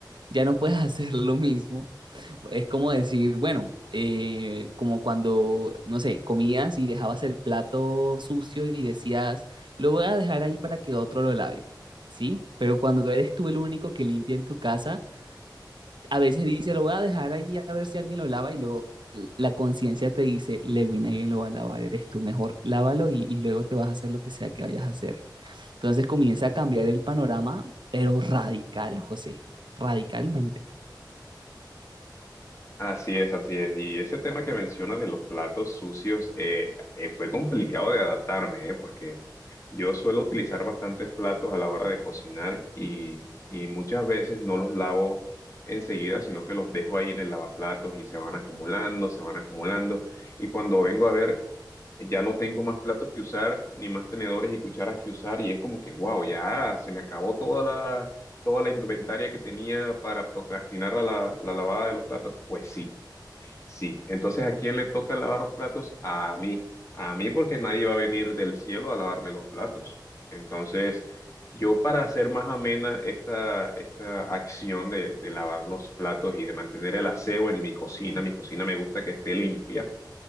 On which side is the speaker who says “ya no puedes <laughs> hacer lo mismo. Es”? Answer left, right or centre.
Right